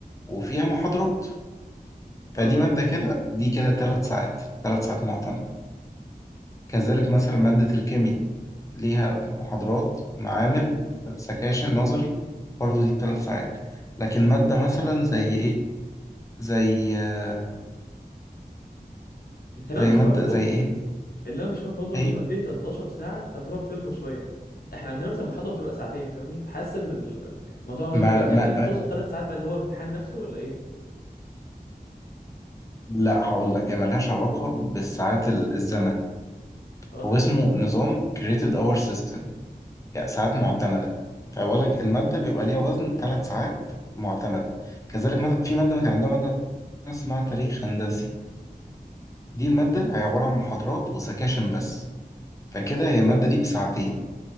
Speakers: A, on the left (about 20°); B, on the left (about 70°).
A: وفيها محاضرات
B: اه
A: فدي
B: تمام
A: مادة كده دي كده تلات ساعات تلات ساعات معتمدة كذلك مثلا مادة الكيمياء ليها محاضرات معامل سكاشن نظري برضه دي ثلاث ساعات لكن مادة مثلا زي ايه زي آه،
B: بس انا
A: زي
B: مش
A: مادة
B: فاهم برضه
A: زي ايه
B: اللي انا مش فاهم برضه
A: ايه
B: ان انت قلت لي 13 ساعه تعتبر ترم شويه احنا عندنا مثلا محاضره بتبقى ساعتين فاهمني فحاسس ان الموضوع غريب
A: ما
B: شويه
A: ما
B: هل انت تقصد ثلاث ساعات بقى اللي هو امتحان نفسه ولا ايه
A: لا هقول لك هي ملهاش علاقة بالساعات ال- الزمن
B: اه تمام
A: هو اسمه نظام created hour system يعني ساعات معتمدة فبقول لك المادة بيبقى ليها وزن ثلاث ساعات معتمدة كذلك مثلا في مادة كان عندها مادة اسمها تاريخ هندسي دي المادة هي عبارة عن محاضرات وسكاشن بس فكده هي المادة دي بساعتين